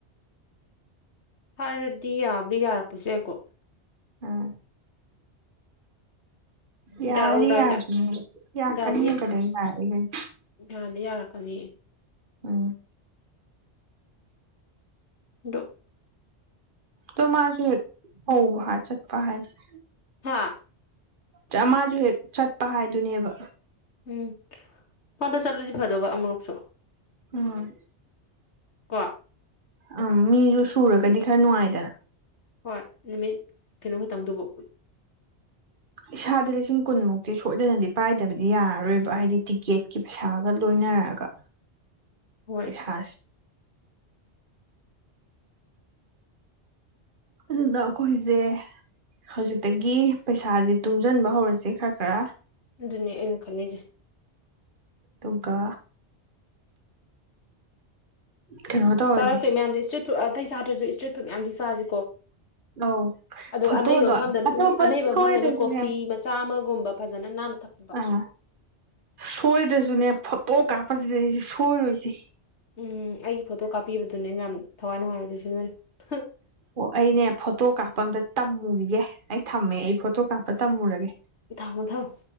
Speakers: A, on the left; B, on the right.
A: ꯍꯥꯏꯔꯗꯤ ꯌꯥꯕꯁꯨ ꯌꯥꯔꯛꯄ ꯌꯥꯏꯀꯣ
B: ꯑꯥ ꯌꯥꯗꯤ
A: ꯌꯥꯔꯛꯑꯣꯏꯗ꯭ꯔꯥ ꯍꯥꯏꯁꯦ
B: ꯌꯥꯔꯛꯒꯅꯤ ꯌꯥꯔꯛꯒꯅꯤꯍꯦ
A: ꯌꯥꯗꯤ
B: ꯀꯩꯗꯧꯕꯩ ꯌꯥꯔꯛꯑꯣꯢꯗꯨꯏꯅꯣ
A: ꯌꯥꯗꯤ ꯌꯥꯔꯛꯀꯅꯤ
B: ꯎꯝ
A: ꯗꯨ
B: ꯇꯣ ꯃꯥꯁꯦ ꯍꯧ ꯍꯥ ꯆꯠꯄ ꯍꯥꯏꯗꯨꯅꯦ
A: ꯍꯥ
B: ꯆꯥꯃꯥꯖꯨ ꯍꯦꯛ ꯆꯠꯄ ꯍꯥꯏꯗꯨꯅꯦꯕ
A: ꯎꯝ ꯐꯟꯗ ꯆꯠꯂꯖꯤ ꯐꯗꯧꯕ ꯑꯃꯨꯨꯔꯛꯁꯨ
B: ꯎꯝ
A: ꯄ
B: ꯎꯝ ꯃꯤꯖꯨ ꯁꯨꯔꯒꯗꯤ ꯈꯔ ꯅꯨꯡꯉꯥꯏꯗꯅ
A: ꯍꯣꯏ ꯅꯨꯃꯤꯠ ꯀꯤꯅꯣ ꯈꯇꯪꯗꯨꯕꯨ
B: ꯏꯁꯥꯗ ꯂꯤꯁꯤꯡ ꯀꯨꯟꯃꯨꯛꯇꯤ ꯁꯣꯏꯗꯅꯗꯤ ꯄꯥꯏꯗꯕꯗꯤ ꯌꯥꯔꯔꯣꯏꯕ ꯍꯥꯏꯗꯤ ꯇꯤꯛꯀꯦꯠꯀꯤ ꯄꯩꯁꯥꯒ ꯂꯣꯏꯅꯔꯒ
A: ꯍꯣꯏ
B: ꯄꯩꯁꯥꯁꯤ ꯑꯗꯨꯅ ꯑꯩꯈꯣꯏꯁꯦ ꯍꯧꯖꯤꯛꯇꯒꯤ ꯄꯩꯁꯥꯁꯦ ꯇꯨꯡꯁꯤꯟꯕ ꯍꯧꯔꯁꯦ ꯈꯔ ꯈꯔ
A: ꯑꯗꯨꯅꯦ ꯑꯩꯅ ꯈꯜꯂꯤꯁꯦ
B: ꯑꯗꯨꯒ ꯀꯩꯅꯣ ꯇꯧꯔꯁꯦ
A: ꯆꯥꯔꯛꯇꯣꯏ ꯃꯌꯥꯝꯁꯦ ꯏꯁꯇ꯭ꯔꯤꯠ ꯐꯨꯠ ꯑꯇꯩ ꯆꯥꯗ꯭ꯔꯁꯨ ꯏꯁꯇ꯭ꯔꯤꯠ ꯐꯨꯠ ꯃꯌꯥꯝꯗꯤ ꯆꯁꯤꯀꯣ
B: ꯑꯧ
A: ꯑꯗꯨꯒ
B: ꯐꯣꯇꯣꯗꯣ
A: ꯑꯅꯩꯕ ꯃꯐꯝꯗꯅ
B: ꯑꯇꯣꯞꯄ
A: ꯑꯅꯩꯕ ꯃꯐꯝꯗꯅ
B: ꯁꯣꯏꯗꯁꯨꯅꯦ
A: ꯀꯣꯐꯤ ꯆꯥꯝꯃꯒꯨꯝꯕ ꯐꯖꯅ ꯅꯥꯟꯅ ꯊꯛ
B: ꯑꯥ ꯁꯣꯏꯗ꯭ꯔꯁꯨꯅꯦ ꯐꯣꯇꯣ ꯀꯥꯞꯄꯁꯤꯗꯩꯁꯤ ꯁꯣꯏꯔꯣꯏꯁꯤ
A: ꯎꯝ ꯑꯩꯒꯤ ꯐꯣꯇꯣ ꯀꯥꯞꯄꯤꯕꯗꯨꯅꯦ ꯑꯩꯅ ꯌꯥꯝ ꯊꯋꯥꯏ ꯅꯨꯡꯉꯥꯏꯔꯣꯏꯗꯣꯏꯁꯨ ꯅꯣꯏꯅ ꯍꯥ
B: ꯑꯣ ꯑꯩꯅꯦ ꯐꯣꯇꯣ ꯀꯥꯞꯄ ꯑꯝꯇ ꯇꯝꯃꯨꯒꯤꯒꯦ ꯑꯩ ꯊꯝꯃꯦ ꯑꯩ ꯐꯣꯇꯣ ꯀꯥꯞꯄ ꯇꯝꯃꯨꯔꯒꯦ
A: ꯏ ꯊ ꯃꯣ ꯊꯧ